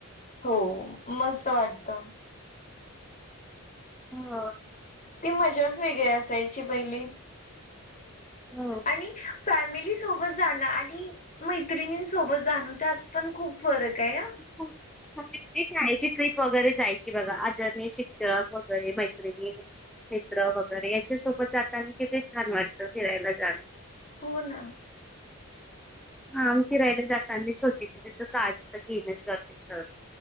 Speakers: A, on the left; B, in the centre.
A: हो मस्त वाटत
B: हा
A: ती मजाच वेगळी असायची पहिली
B: हो.
A: आणि फॅमिली सोबत जाणं आणि मैत्रिणींसोबत जाण त्यात पण खूप फरक आहे हा.
B: म्हणजे ती शाळेची ट्रीप वगैरे जायची बघा आदरणी शिक्षक वगैरे मैत्रिणी मित्र वगैरे यांच्यासोबत जातानी किती छान वाटतं फिरायला जाणं
A: हो ना
B: हा मग फिरायला जात आणि मी सोचित त्याच काळज तर घेनच करच